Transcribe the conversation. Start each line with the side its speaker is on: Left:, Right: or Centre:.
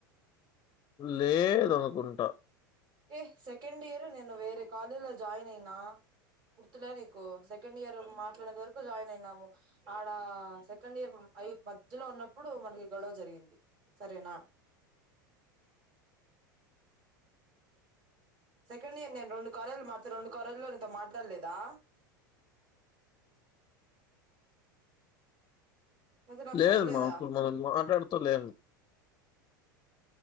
Left: లేదనుకుంటా
Right: ఏ సెకండ్ ఇయరు నేను వేరే కాలేజ్ లో జాయిన్ అయినా. గుర్తులే నీకు సెకండ్ ఇయర్ మాట్లాడే వరకు జాయిన్ అయినాము. ఆడ సెకండ్ఇయర్ అయ మధ్యలో ఉన్నప్పుడు మనకి గొడవ జరిగింది. సరేనా సెకండ్ ఇయర్ నేను రెండు కాలేజ్ లు మార్చ రెండు కాలేజ్ లలో నేను నీతో మాట్లాడలేదా అయితే నాకు
Left: లేదు
Right: చెప్పలేదా
Left: మా అప్పుడు మనం మాట్లాడుతలేము.